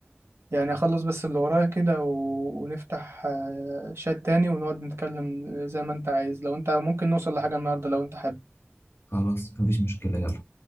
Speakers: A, on the right; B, on the left.
A: يعني اخلص بس اللي ورايا كده و... ونفتح آه، شات تاني ونقعد نتكلم زي ما انت عايز لو انت ممكن نوصل لحاجة النهاردة لو انت حابب
B: خلاص مفيش مشكلة يلا